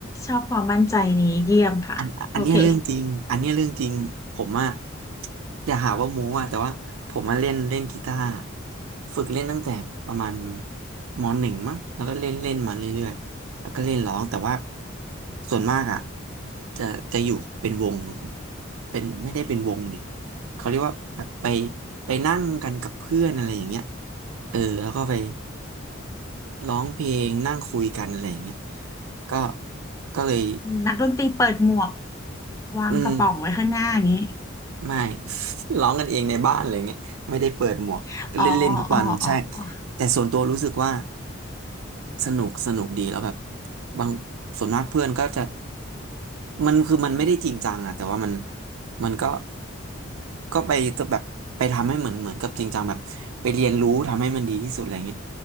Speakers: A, on the left; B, on the right.
A: ชอบความมั่นใจนี้เยี่ยมค่ะโอเค
B: อันอันเนี้ยเรื่องจริงอันเนี้ยเรื่องจริงผมอะอย่าหาว่าโม้อะแต่ว่าผมมาเล่นเล่นกีตาร์ฝึกเล่นตั้งแต่ประมาณมหนึ่งมั้งแล้วก็เล่นเล่นมาเรื่อยๆแล้วก็เล่นร้องแต่ว่าส่วนมากอะจะจะอยู่เป็นวงเป็นไม่ได้เป็นวงดิเขาเรียกว่าแบบไปไปนั่งกันกับเพื่อนอะไรอย่างเงี้ยเออแล้วก็ไปร้องเพลงนั่งคุยกันอะไรอย่างเงี้ยก็ก็เลย
A: นักดนตรีเปิดหมวกวางกระป๋องไว้ข้างหน้าอย่างนี้
B: อืม ไม่ <laughs> ร้องกันเองในบ้านอะไรเงี้ยไม่ได้เปิดหมวกก็เล่นเล่นทุกวันใช่
A: <laughs> อ๋ออ๋ออ๋ออ๋อ
B: แต่ส่วนตัวรู้สึกว่า สนุกสนุกดีแล้วแบบบางส่วนมากเพื่อนก็จะมันคือมันไม่ได้จริงจังอะแต่ว่ามัน
A: ค่ะ
B: มันก็ก็ไปแบบไปทำให้เหมือนเหมือนกับจริงจังแบบไปเรียนรู้ทำให้มันดีที่สุดอะไรเงี้ย